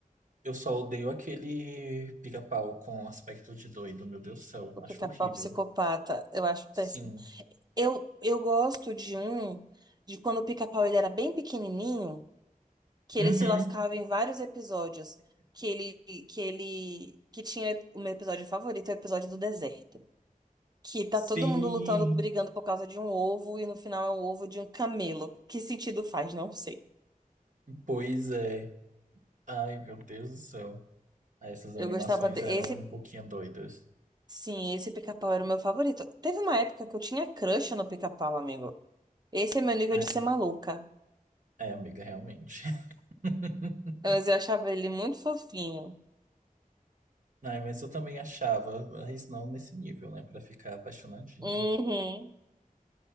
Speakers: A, on the right; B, on the right.
A: eu só odeio aquele pica-pau com aspecto de doido, meu Deus do céu,
B: o
A: acho
B: Pica-Pau
A: horrível.
B: Psicopata. Eu acho
A: Sim.
B: péssimo. Eu, eu gosto de um, de quando o Pica-Pau ele era bem pequenininho, que
A: Uhum.
B: ele se lascava em vários episódios. Que ele, que ele, que tinha o meu episódio favorito, é o episódio do deserto. Que tá
A: Sim.
B: todo mundo lutando, brigando por causa de um ovo e no final é um ovo de um camelo. Que sentido faz? Não sei.
A: Pois é. Ai, meu Deus do céu. Ah, Essas
B: Eu
A: animações
B: gostava de... Esse,
A: eram um pouquinho doidas.
B: sim, esse pica-pau era o meu favorito. Teve uma época que eu tinha crush no pica-pau, amigo. Esse é meu nível
A: É,
B: de ser maluca.
A: é, amiga, realmente. <laughs>
B: Mas eu achava ele muito fofinho.
A: Ai, mas eu também achava, mas não nesse nível, né, Pra ficar apaixonadinho.
B: Uhum.